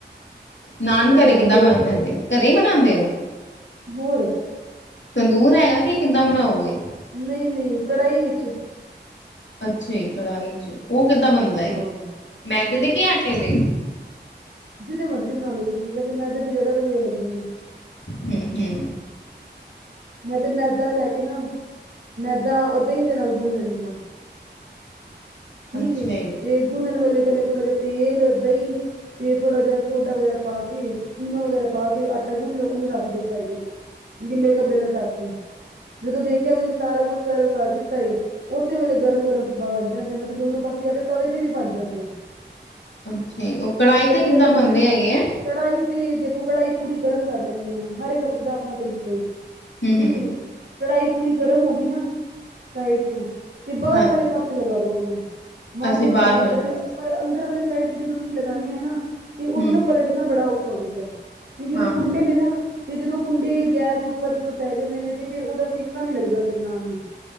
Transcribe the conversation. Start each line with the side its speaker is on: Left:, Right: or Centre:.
Left: ਨਾਨ ਘਰੇ
Right: ਗਰਮ
Left: ਕਿੱਦਾਂ
Right: ਗਰਮ
Left: ਬਣ ਜਾਂਦੇ ਘਰੇ ਹੀ ਬਣਾਂਦੇ ਓ।
Right: ਹੋਰ
Left: ਤੰਦੂਰ ਹੈਗਾ ਕਿ ਕਿੱਦਾਂ ਬਣਾਓਗੇ।
Right: ਨਈ-ਨਈ ਕੜਾਹੀ ਵਿੱਚ
Left: ਅੱਛਾ ਜੀ ਕੜਾਹੀ 'ਚ ਉਹ ਕਿੱਦਾਂ ਬਣਦਾ
Right: ਹਾਂ
Left: ਏ ਮੈਦੇ ਦੇ ਕੇ ਆਟੇ ਦੇ।
Right: ਜਿਦੇ ਮਰਜ਼ੀ ਬਣਾ ਲਓ ਤੁਸੀ ਵੈਸੇ ਮੈਦੇ ਦੇ ਜਾਦਾ ਵਧੀਆ ਲੱਗਦੇ ਨੇ।
Left: ਹੂੰ-ਹੂੰ
Right: ਮੈਂ ਤੇ ਮੈਦਾ ਲੈ ਕੇ ਨਾ ਮੈਦਾ ਓ ਦਹੀ ਦੇ ਨਾਲ ਗੁਨ ਲੈਂਣੀ ਆਂ। ਠੀਕ
Left: ਅੱਛਾ
Right: ਏ
Left: ਜੀ।
Right: ਤੇ ਗੁੰਨਣ ਵੇਲੇ ਪੈਲੇ ਥੋੜ੍ਹਾ ਜਿਹਾ ਤੇਲ ਦਹੀਂ ਤੇ ਥੋੜਾ ਜਿਹਾ ਸੋਡਾ ਵਗੈਰਾ ਪਾ ਕੇ ਇਨੋ ਵਗੈਰਾ ਪਾ ਕੇ ਆਟਾ ਗੁੰਨ ਲੋ ਉਹਨੂੰ ਰੱਖ ਦੋ ਸਾਈਡ 'ਚ ਗਿੱਲੇ ਕੱਪੜੇ ਨਾਲ ਢੱਕ ਕੇ ਜਦੋਂ ਦੇਖਿਆ ਤੁਸੀਂ ਸਾਰਾ ਕੁਝ ਸਰਵ ਕਰ ਦਿੱਤਾ ਏ। ਉਸੇ ਵੇਲੇ ਗਰਮ-ਗਰਮ ਬਣ ਜਾਂਦਾ ਮੈ ਤੇ ਦੋਨੋ ਪਾਸੇ ਆ ਤਵੇ ਤੇ ਵੀ ਬਣ ਜਾਂਦਾ ਏ।
Left: ਅੱਛਾ ਉਹ ਕੜਾਹੀ ਤੇ
Right: ਵੈਸੇ
Left: ਕਿੱਦਾਂ
Right: ਅਗਰ
Left: ਬਣਦੇ
Right: ਮੈਂ
Left: ਹੈਗੇ ਆ
Right: ਕੜਾਹੀ ਤੇ ਦੇਖੋ ਕੜਾਹੀ ਪੂਰੀ ਗਰਮ ਕਰ ਲੈਂਣੀ ਹਾਂ ਮੈਂ ਹਰ ਇੱਕ ਆਪ ਦਾ ਆਪਣਾ ਤਰੀਕਾ
Left: ਹੂੰ-ਹੂੰ,
Right: ਠੀਕ ਹੈ ਕੜਾਈ ਪੂਰੀ ਗਰਮ ਹੋ ਗਈ ਨਾ ਸਾਈਡ ਚੋਂ ਤੇ ਬਾਹਰ
Left: ਹਾਂਜੀ।
Right: ਵਾਲੇ ਪਾਸੇ ਤੇ ਲਗਾ ਦੋ ਉਹਨੂੰ ਮਨੇ
Left: ਅੱਛਾ
Right: ਤੇ
Left: ਬਾਹਰ
Right: ਭਾਵੇਂ
Left: ਵਾਲੇ
Right: ਅੰਦਰੇ
Left: ਪਾਸੇ,
Right: ਪਰ ਅੰਦਰ ਵਾਲੇ ਸਾਈਡ ਤੇ ਜਦੋਂ ਅਸੀਂ ਲਗਾਉਂਦੇ ਹਾਂ ਨਾ ਤੇ ਉਹਨੂੰ
Left: ਹੂੰ,
Right: ਨਾ ਪਲਟਣਾ ਬੜਾ ਔਖਾ ਹੋ ਜਾਂਦਾ ਹੈ। ਕਿਉਂਕਿ
Left: ਹਾਂ-ਹਾਂ,
Right: ਉਹਦੇ ਕੁੰਡੇ ਨੇ ਨਾ ਤੇ ਜਦੋਂ ਕੁੰਡੇ ਗੈਸ ਦੇ ਉੱਪਰ ਜਦੋਂ ਪੈ ਜਾਂਦੇ ਨੇ ਤੇ ਫਿਰ ਉਹਦਾ ਸੇਕਾ ਨੀ ਲੱਗਦਾ ਫਰ ਨ ਨੂੰ